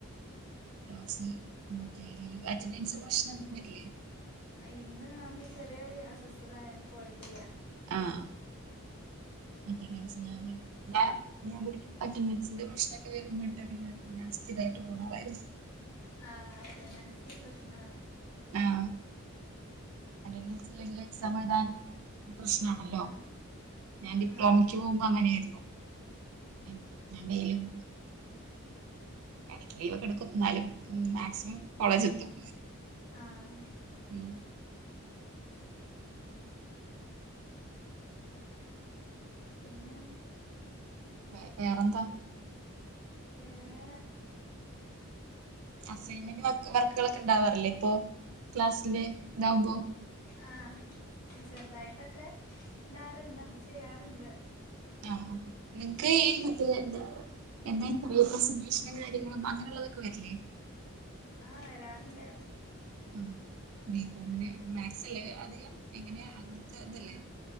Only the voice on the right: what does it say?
ക്ലാസ് മറ്റേ ലീവ അറ്റൻഡൻസ് പ്രശ്നം വരില്ലേ
ആ അറ്റന്റൻസ് ഞാൻ ഞാൻ ഞാൻകുടി അറ്റന്റൻസ്ന്റെ പ്രശ്നൊക്കെ വരുമ്പോട്ടെക്കെ ഞാൻ ഞാൻ സ്ഥിര പോ <unintelligible>
ആഹ അ വച്ചെങ്കില സമധൻ പ്രശ്നമാണല്ലോ
ഞാൻ ഡിപ്ലോമയ്ക്ക്
പോകുമ്പോ അങ്ങനെയായിരുന്നു ആ ഞലും ഇടക്ക് ലീവ് ഒക്കെ എടുക്കും ന്നാലും മാക്സിമം കോളേജ് എത്തും
ഉം
വ വേറെന്താ
അസൈൻമെന്റ് വർക്കുകളൊക്കെ ഇണ്ടാവാാറില്ലേ ഇപ്പൊ ക്ലാസ്സിന്റെ ഇതാവുമ്പോ
ആഹ നിങ്ങക്ക് ഈ മറ്റേ എന്താ എന്തയ്ന് പറിയ പ്രസന്റേഷനും കാര്യങ്ങളും അങ്ങനെയള്ളതൊക്കെ വരിലേ
ആ ബ കോമിന് മാത്സ് അല്ലേ അധികം എങ്ങനെയ അങ്ങനത്തെ ഇതല്ലേ